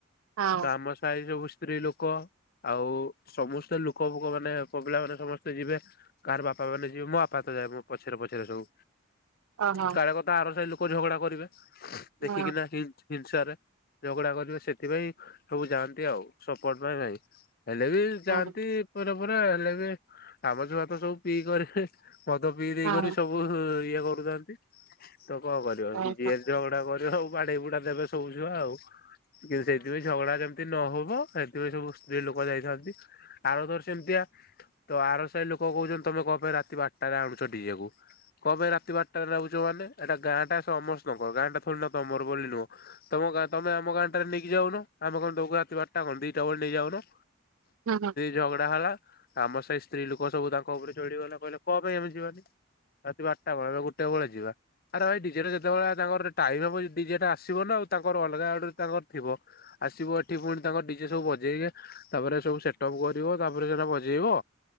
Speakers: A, on the right; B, on the left.
A: ହଁ।
B: ତ ଆମ ସାହି ସବୁ ସ୍ତ୍ରୀ ଲୋକ। ଆଉ ସମସ୍ତେ ଲୋକ ବୁକ ମାନେ ପୁଆପିଲା ମାନେ ସମସ୍ତେ ଯିବେ। କାହାର ବାପା ମାନେ ଯିବେ ମୋ ବାପା ତ ଯାଏ ମୋ ପଛରେ ପଛରେ ସବୁ।
A: ଓହୋ।
B: କାଳେ କଥା ଆର ସାହି ଲୋକ ଝଗଡା କରିବେ ଦେଖିକିନା
A: ହଁ
B: ହିଣ୍ଟ ହିଂସାରେ ଝଗଡା କରିବେ ସେଥିପାଇଁ ସବୁ ଯାଆନ୍ତି ଆଉ ସପୋର୍ଟ ପାଇଁ ନାଇଁ। ହେଲେ ବି ଯାଆନ୍ତି
A: ହଁ
B: ପର ପରା ହେଲେ ବି ଆମଛୁଆ ତ ସବୁ ପିଇ କରିବେ। ମଦ ପିଇ ଦେଇକରି
A: ହଁ
B: ସବୁ ଇଏ କରୁଚନ୍ତି। ତ କଣ କରିବ
A: ଓହୋ ହଁ ହୁଁ
B: ଯିଏ ଝଗଡା କରିବ ଆଉ ବାଡେଇ ବୁଡା ଦେବେ ସବୁ ଛୁଆ ଆଉ। ସିଏ ସେଇଥିପାଇଁ। ଝଗଡ଼ା ଯେମିତି ନହବ ସେଥିପାଇଁ ସବୁ ସ୍ତ୍ରୀ ଲୋକ ଯାଇଥାନ୍ତି ଆଉ ଧର ସେମିତିଆ ତ ଆର ସାଇ ଲୋକ କହୁଛନ୍ତି ତମେ କ ପାଇଁ ରାତି ବାରଟାରେ ଆଣୁଛ ଡିଯେ କୁ। କ ପାଇଁ ରାତି ବାରଟାରେ ନାଗୁଛ ମାନେ ଏଟା ଗାଁଟା ସେ ସମରସ୍ତଙ୍କର ଗାଁ ଟା ଥୋଡ଼ି ନା ତମର ବୋଲି ନୁହଁ। ତମ ଗାଁ ତମେ ଆମ ଗାଁଠାରେ ନେଇକି ଯାଉନ। ଆମେ କଣ ଦଉ ରାତି ବାରଟା କଣ ଦିଟା ବେଳେ ନେଇଯାଉନ।
A: ହୁଁ
B: ଝଗଡା ହେଲା ଆମ ଶାଇ ସ୍ତ୍ରୀ ଲୋକ ସବୁ ତାଙ୍କ ଉପରେ ଚଢିଗଲେ କହିଲେ କଣ ପାଇଁ ଆମେ ଯିବାନି। ରାତି ବାରଟା ବେଳେ ଗୋଟେ ବେଳେ ଯିବା। ଆରେ ଭାଇ ଡିଜେ ଟା ଯେତେବେଳେ ତାଙ୍କର ଟାଇମ ହବ ଡିଜେ ଟା ଆସିବ ନା ଆଉ ତାଙ୍କର ଅଲଗା ଆଡୁ ତାଙ୍କର ଥିବ। ଆସିବ ଏଠି ପୁଣି ତାଙ୍କ ଡିଜେ ସବୁ ବଜେଇବେ। ତାପରେ ସବୁ ସେଟ ଅପ୍ କରିବ ତାପରେ ସେଟା ବଜେଇବ।